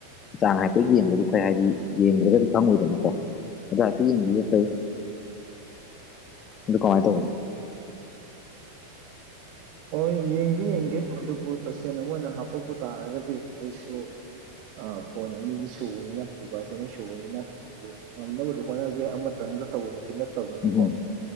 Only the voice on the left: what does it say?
ꯆꯥꯡ ꯍꯥꯏꯐꯦꯠ ꯌꯦꯡꯕꯗꯤ ꯐꯩ ꯍꯥꯏꯗꯤ ꯌꯦꯡꯗ꯭ꯔꯒꯗꯤ ꯈꯪꯉꯣꯏꯗꯅꯀꯣ ꯑꯗ ꯍꯥꯏꯐꯦꯠ ꯌꯦꯡꯕꯤꯕ ꯐꯩ ꯑꯗꯨ ꯀꯃꯥꯏ ꯇꯧꯕ
ꯎꯝ